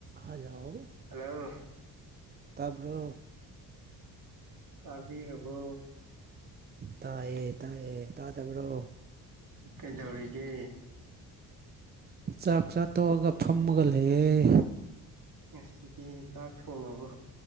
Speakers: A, on the right; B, on the right.
A: ꯍꯖꯥꯎ
B: hello
A: ꯇꯥꯄ
B: ꯇꯥꯕꯤꯔꯔꯕꯣ
A: ꯇꯥꯏꯌꯦ ꯇꯥꯏꯌꯦ ꯇꯥꯗꯕ꯭ꯔꯣ
B: ꯀꯩ ꯇꯧꯔꯤꯒꯦ
A: ꯆꯥꯛ ꯆꯥꯊꯣꯛꯑꯒ ꯐꯝꯃꯒ ꯂꯩꯑꯦ
B: ꯉꯁꯤꯗꯤ ꯆꯥꯛ ꯊꯣꯡꯉꯕꯣ